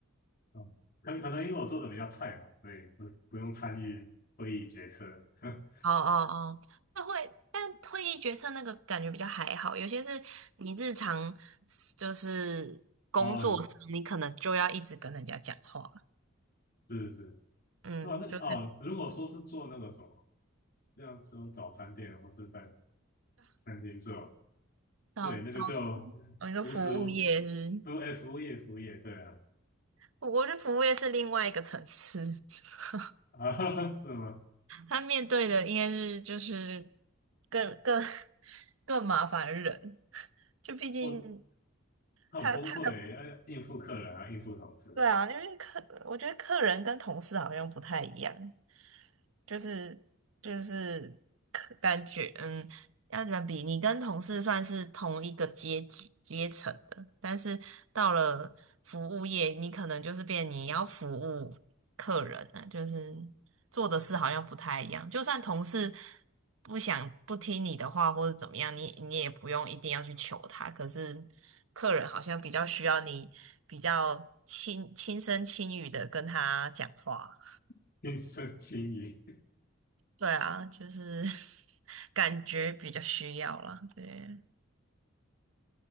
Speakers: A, on the left; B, on the right.
A: 嗯，可可能因为我做的比较菜吧，所以不不用参与会议决策。<laughs>
B: 哦哦哦，那会，但会议决策那个感觉比较还好，有些是你日常就是工作上，
A: 哦，
B: 你可能就要一直跟人家讲话，
A: 是是，是吧？
B: 嗯，
A: 那个哦，
B: 就是
A: 如果说是做那个什么，像样就早餐店或是在餐厅做，
B: 到到，
A: 对，那个就
B: 我们说服务业是不
A: 无时无都哎服务业服务业，对啊，
B: 是我觉得服务业是另外一个层次。<laughs>
A: 啊 <laughs> 是吗？
B: 他面对的应该是就是更更 <laughs> 更麻烦的人，就毕竟
A: 我很崩溃，
B: 他他的
A: 要应付客人啊，应付同事，
B: 对啊，因为客我觉得客人跟同事好像不太一样，就是就是客感觉嗯。要怎么比？你跟同事算是同一个阶级阶层的，但是到了服务业，你可能就是变你要服务客人啊，就是做的事好像不太一样。就算同事不想不听你的话，或者怎么样，你你也不用一定要去求他。可是客人好像比较需要你比较轻轻声轻语的跟他讲话。
A: <laughs> 应身轻易。
B: 对啊，就是 <laughs> 感觉比较需要啦，对。